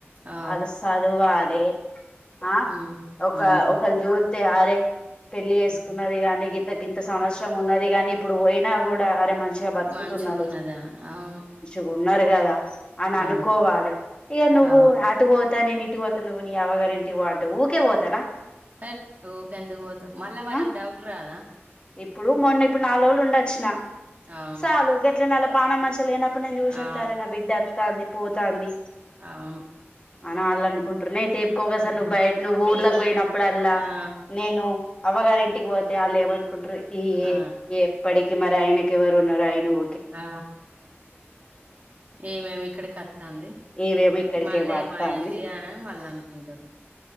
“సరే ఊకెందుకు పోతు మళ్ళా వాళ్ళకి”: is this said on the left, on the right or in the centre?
Right